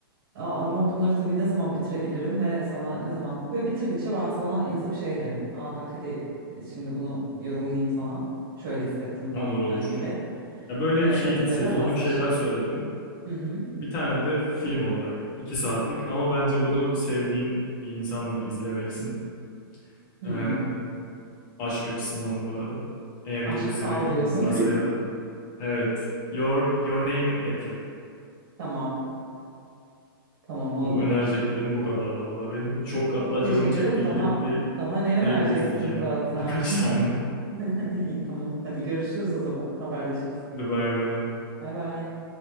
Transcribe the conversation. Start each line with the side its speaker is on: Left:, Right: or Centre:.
Right: Aa, ama bunları tabii ne zaman bitirebilirim ve sana ne zaman böyle bitirdikçe ben sana yazıp şey derim. Aa bak hadi e, şimdi bunu yorumlayayım sana. Şöyle hissettim falan
Left: Olur
Right: filan
Left: olur.
Right: gibi.
Left: Ya böyle
Right: Ee,
Left: hep şey sezonluk
Right: üzerine paslaşırız.
Left: şeyler söyledim.
Right: Hı hı.
Left: Bir tane de film olarak iki saatlik ama bence bunu sevdiğin bir insanla izlemelisin.
Right: Hmm.
Left: Ee, aşk açısından bu arada. Eğer gelirse
Right: Aşk sal
Left: bir gün
Right: diyorsun.
Left: varsa ya da. Evet. Your Your Name in April.
Right: <laughs> Tamam. Tamam ona
Left: Bu
Right: da
Left: önereceklerim
Right: bakayım.
Left: bu kadar vallahi benim. Çok hatta
Right: Çok teşekkür
Left: canım çekti
Right: ederim. Daha
Left: gidip bir
Right: daha ne
Left: trailer
Right: önereceksin
Left: izleyeceğim
Right: zaten?
Left: ben. Birkaç tane.
Right: <laughs> İyi tamam. Hadi görüşürüz o zaman. Haberleşiriz.
Left: <laughs> Hadi bay bay.
Right: Bay bay.